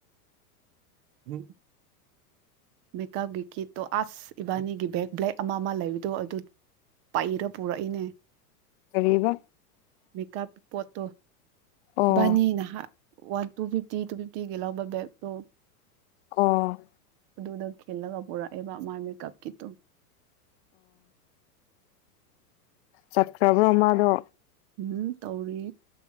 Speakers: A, on the right (about 25°); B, on the left (about 45°).
A: ꯎ ꯃꯦꯀꯞꯀꯤ ꯀꯤꯠꯇꯣ ꯑꯁ ꯏꯕꯥꯅꯤꯒꯤ ꯕꯦꯛ ꯕ꯭ꯂꯦꯛ ꯑꯃ ꯑꯃ ꯂꯩꯕꯗꯣ ꯑꯗꯨ ꯄꯥꯛꯏꯔ ꯄꯨꯔꯛꯏꯅꯦ
B: ꯀꯔꯤꯕ
A: ꯃꯦꯀꯞ ꯄꯣꯠꯇꯣ
B: ꯑꯣ
A: ꯕꯅꯤ ꯅꯍꯥꯛ ꯋꯥꯟ ꯇꯨ ꯐꯤꯐꯇꯤ ꯇꯨ ꯐꯤ ꯇꯤꯒꯂꯞ ꯕꯦꯛꯇꯣ
B: ꯑꯣ
A: ꯑꯗꯨꯗ ꯈꯤꯜꯂꯒ ꯄꯨꯔꯛꯑꯦꯕ ꯃꯥ ꯃ ꯀꯞꯀꯤꯇꯣ
B: ꯆꯠꯇ꯭ꯔꯕ꯭ꯔꯣ ꯃꯥꯗꯣ
A: ꯎꯝ ꯇꯧꯔꯤ